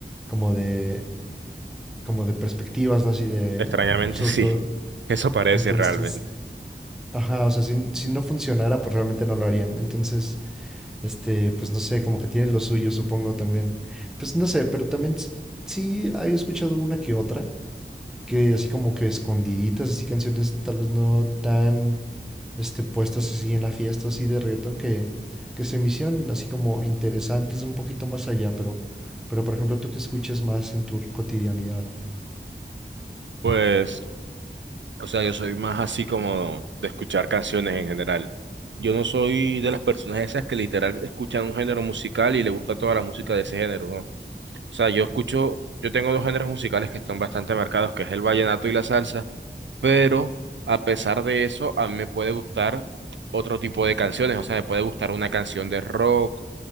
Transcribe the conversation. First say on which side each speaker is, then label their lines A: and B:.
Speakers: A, in the centre; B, on the right.
A: como de, como de perspectivas, ¿no? Así de,
B: Extrañamente
A: sobre
B: sí,
A: todo,
B: <laughs> eso parece
A: entonces,
B: realmente.
A: ajá, o sea, si, si no funcionara, pues realmente no lo harían. Entonces, este, pues no sé, como que tiene lo suyo, supongo también. Pues no sé, pero también s- sí he escuchado una que otra, que así como que escondiditas, así canciones tal vez no tan, este, puestas así en la fiesta, así de reggaetón, que, que se me hicieron así como interesantes un poquito más allá, pero, pero por ejemplo, tú que escuchas más en tu cotidianidad.
B: Pues, o sea, yo soy más así como de escuchar canciones en general. Yo no soy de las personas esas que literal escuchan un género musical y le gusta toda la música de ese género, ¿no? O sea, yo escucho, yo tengo dos géneros musicales que están bastante marcados, que es el vallenato y la salsa. pero a pesar de eso, a mí me puede gustar otro tipo de canciones, o sea, me puede gustar una canción de rock,